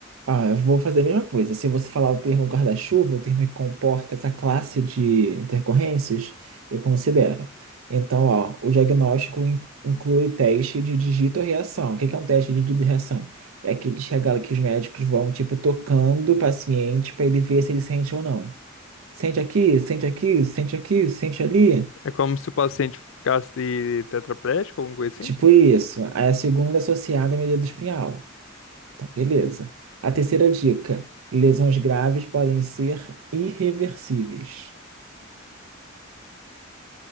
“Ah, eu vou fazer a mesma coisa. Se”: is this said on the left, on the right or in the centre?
Right